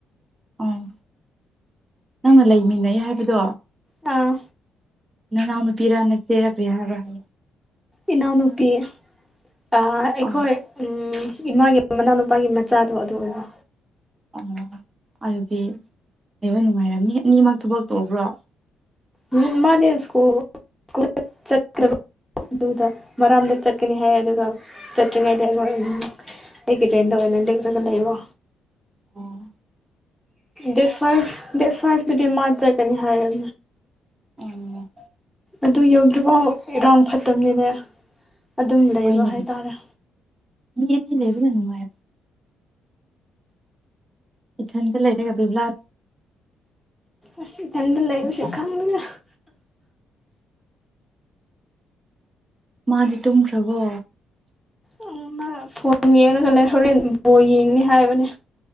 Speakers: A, on the right; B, in the centre.
A: ꯑꯣ ꯅꯪꯒ ꯂꯩꯃꯤꯟꯅꯩ ꯍꯥꯏꯕꯗꯣ꯫
B: ꯑꯥ꯫
A: ꯅꯅꯥꯎ ꯅꯨꯄꯤꯔ ꯅꯥꯆꯦꯔꯥ ꯀꯔꯤ ꯍꯥꯏꯕ꯭ꯔ <inaudible>
B: ꯏꯅꯥꯎꯅꯨꯄꯤ ꯑꯥ ꯑꯩꯈꯣꯏ
A: ꯑꯣ
B: ꯎꯝ ꯏꯃꯥꯒꯤ ꯃꯅꯥꯎꯅꯨꯄꯥꯒꯤ ꯃꯆꯥꯗꯣ ꯑꯗꯨꯒꯀꯣ꯫
A: ꯑꯣ ꯑꯗꯨꯗꯤ ꯂꯩꯕ ꯅꯨꯡꯉꯥꯏꯔꯝꯅꯤ ꯑꯅꯤꯃꯛ ꯊꯕꯛ ꯇꯧꯕ꯭ꯔꯣ꯫
B: ꯎꯝ ꯃꯥꯗꯤ ꯁꯨꯀꯨꯜ <inaudible> ꯆꯠꯇꯕ ꯑꯗꯨꯗ ꯃꯔꯥꯝꯗ ꯆꯠ ꯀꯅꯤ ꯍꯥꯏꯌꯦ ꯑꯗꯨꯒ ꯆꯠꯇ꯭ꯔꯤꯉꯩꯗ ꯑꯩꯉꯣꯟ ꯎꯝ ꯑꯩꯒꯤ ꯔꯦꯟꯗ ꯑꯣꯏꯅ ꯂꯦꯛꯔꯒ ꯂꯩꯕ꯫
A: ꯑꯣ꯫
B: ꯗꯦꯠ ꯐꯥꯏꯚ ꯗꯦꯠ ꯐꯥꯏꯚꯇꯗꯤ ꯃꯥ ꯆꯠꯀꯅꯤ ꯍꯥꯏ <unintelligible>
A: ꯑꯣ꯫
B: ꯑꯗꯨ ꯌꯧꯗ꯭ꯔꯤꯐꯥꯎ ꯏꯔꯥꯡ ꯐꯠꯇꯕꯅꯤꯅ ꯑꯗꯨꯝ ꯂꯩꯕ
A: ꯍꯣꯏꯅꯦ
B: ꯍꯥꯏꯇꯥꯔꯦ꯫
A: ꯃꯤ ꯑꯅꯤ ꯂꯩꯕꯅ ꯅꯨꯡꯉꯥꯏꯕ ꯏꯊꯟꯇ ꯂꯩꯔꯒ ꯕꯤꯕꯨꯂꯥ
B: ꯑꯁ ꯏꯊꯟꯗ ꯂꯩꯕꯁꯦ
A: ꯅꯠꯇ꯭ꯔꯥ
B: ꯈꯪꯗꯦꯗ꯫
A: ꯃꯥꯗꯤ ꯇꯨꯝꯈ꯭ꯔꯕꯣ꯫
B: ꯎꯝ ꯃꯥ ꯐꯣꯟ ꯌꯦꯡꯔꯒ ꯂꯩ ꯍꯧꯔꯦꯟ ꯕꯣꯜ ꯌꯦꯡꯅꯤ ꯍꯥꯏꯕꯅꯦ꯫